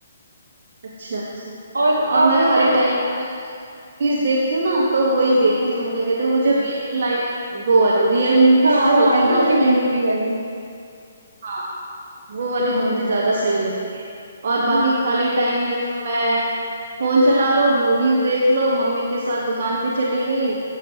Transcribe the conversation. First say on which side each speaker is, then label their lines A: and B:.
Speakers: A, on the right; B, on the right.
A: अच्छा अच्छा
B: और
A: और
B: आप
A: मैं
B: बताइए
A: खाली टाइम में मूवीज देखती हूँ ना तो वही
B: हाँ
A: देखती हूँ क्या कहते हैं वो जो रियल लाइफ वो वाली रियल मूवीज
B: हाँ
A: जो
B: हाँ
A: होती है
B: डॉक्यूमेंट्री
A: ना जो इन
B: वाली
A: हाँ वो वाली
B: हाँ
A: तो मुझे ज्यादा सही लगती है और
B: <laughs>
A: बाकी खाली टाइम में तो मैं फोन चला लो मूवीज देख लो मम्मी के साथ दुकान पे चली गई